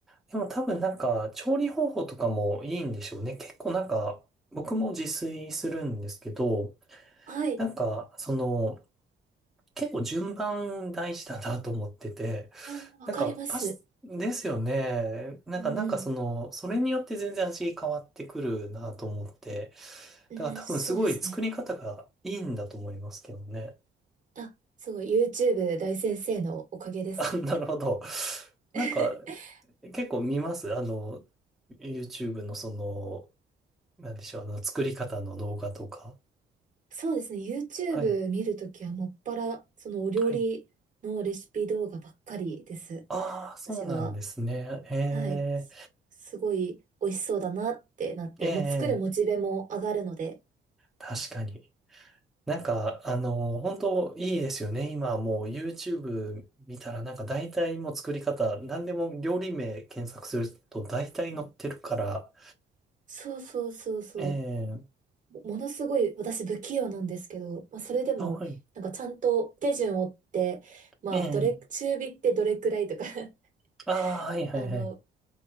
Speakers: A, in the centre; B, on the right (about 40°).
A: でも多分なんか調理方法とかもいいんでしょうね。結構なんか僕も自炊するんですけど、
B: はい。
A: なんかその結構順番大事だなと思ってて、
B: うん、わかります。
A: なんか、パス、ですよね。なんか、
B: うんうん。
A: なんかその、それによって全然味変わってくるなと思って。
B: うんそうですね。
A: だから多分すごい作り方がいいんだと思いますけどね。
B: あ、すごい。YouTube 大先生のおかげですね。
A: <laughs> あ、なるほど。なんか、
B: <laughs>
A: 結構見ますあの、YouTube のその、なんでしょう、あの、作り方の動画とか。
B: そうですね。YouTube
A: はい。
B: 見るときはもっぱら、そのお料理のレシピ動画ばっかりです。
A: はい。ああ、そうなんですね。
B: 私は。
A: え
B: はい。す、すごい美味しそうだなってなって、
A: え、ええ、
B: もう作るモチベも上がるので。
A: 確かに。なんか、あの、本当いいですよね。今はもう YouTube 見たらなんか大体もう作り方、何でも料理名検索すると大体載ってるから、
B: うんそうそうそうそう。
A: おええ
B: ものすごい私不器用なんですけど、まあ、それでも、
A: あ、はい、
B: なんかちゃんと手順を追って、まあ、
A: ええ
B: どれ、中火ってどれくらいとか <laughs>
A: ああ、はいはいはい、
B: あの、